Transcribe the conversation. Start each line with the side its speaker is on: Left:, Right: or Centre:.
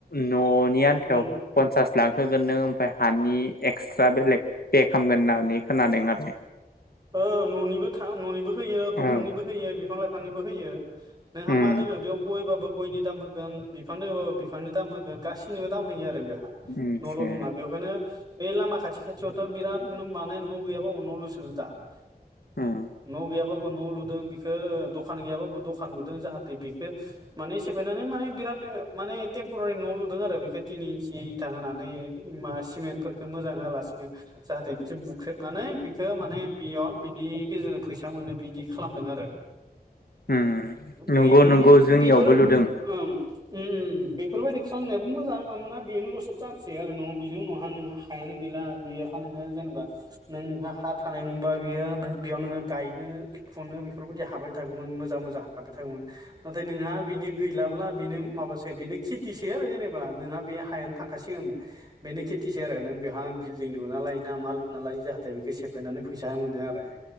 Left: न'नि आन्थायाव
Right: उम
Left: पन्सास लाक होगोन नों ओमफ्राय हानि एक्सट्रा बेलेग पे खालामगोन होननानै खोनादों आरो।
Right: ओ न'निबो था ननिबो होयो दंफांनिबो
Left: आरो
Right: होयो बिफां लाइ फांनिबो होयो। नोंहा
Left: उम
Right: मा दोङो बेयाव गयबाबो गयनि दाम होगोन बिफांनो होबाबो बिफांनि दाम होगोन गाससिनिबो दाम होयो आरो बेयो।
Left: मोनसे
Right: न'ल' नङा बेखायनो बे लामा <unintelligible> खाथियावथ' बिराद माने न' गैयाबा न' लुसोदों। ब
Left: उम
Right: <inaudible> न' गैयाबाबो न' लुदों बेखौ दख दखान गैयाबाबो दखान लुदों जाहाथे बेखौ माने सेफायनानै माने बिराद माने टेम्परारि न लुदों आरो बेखौ थिनि इन्सि इथा होनानै मा सिमेद फोर बेखौ मोजां होआलासिनो जाहाथे बिखौ बुख्रेबनानै बिखौ माने बिनि गेजेरजों फैसा फैसा मोनो बिदि खालामदों आरो
Left: उम
Right: बे
Left: नंगौ नंगौ जोंनियावबो
Right: बेफोर ओं
Left: लुदों
Right: ओम बेफोरबायदि खालामनायाबो मोजां मानोना बेनोलसो जानसै आरो न बिनि उनावहा नोंहा हायानो गैला गै नोङो जेनेबा नोंहा हा था मोनबा बियो बेयावनो गायनो फुनो बेफोरबायदि हाबाय थागौ मोन मोजां मोजां हाबबाय थागोमोन नाथाय नोंहा बिनि गैलाब्ला बेनो माबासै बे खेथि बे आरो जेनेबा नोंहा बे हायानो थांखासिगोन होनबा बेनि खिथि बिस आरो नों बेहा बिल्डिं लुनालाय ना लुनानैाय जाहाथे बेखौ सेब‌ फायनानै फैसा मोनो आरो